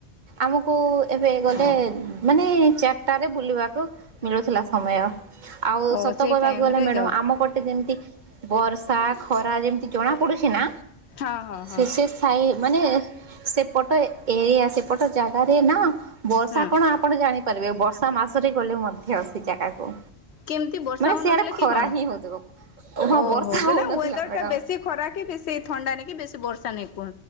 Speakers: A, on the right; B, on the left.
A: ଆମକୁ ଏବେ ଗଲେ
B: ହଁ
A: ମାନେ ଚାରିଟାରେ ବୁଲିବାକୁ ମିଳୁଥିଲା ସମୟ ଆଉ
B: ଓ
A: ସତ
B: ସେଇ
A: କହିବାକୁ
B: ଟାଇମ
A: ଗଲେ
B: ରେ
A: ମ୍ୟାଡମ
B: ଯାଉଥି
A: ଆମ ଗଟେ ଯେମିତି ବର୍ଷା ଖରା ଯେମତି ଜଣା ପଡୁଛି ନା
B: ହଁ ହଁ ହଁ
A: ଶେଶେ ସାଇ ମାନେ ସେପଟ ଏରିଆ ସେପଟ ଜାଗାରେ ନା ବର୍ଷା
B: ହଁ
A: କଣ ଆପଣ ଜାଣିପାରିବେ ବର୍ଷା ମାସରେ ଗଲେ ମଧ୍ୟ ସେ ଜାଗାକୁ
B: କେମିତି ବର୍ଷା
A: ମାନେ
B: ହଉନଥିଲା
A: ସିଆଡେ ଖରା
B: କି କଣ
A: ହିଁ ହଉଥିବ ହଁ
B: ଓହୋ
A: ବର୍ଷା
B: ମାନେ
A: ହଉନଥିଲା
B: ୱେଦର
A: ମ୍ୟାଡାମ
B: ଟା ବେଶୀ ଖରା କି ବେଶୀ ଥଣ୍ଡା ନେକ୍ ବେଶୀ ବର୍ଷା ନେଇକ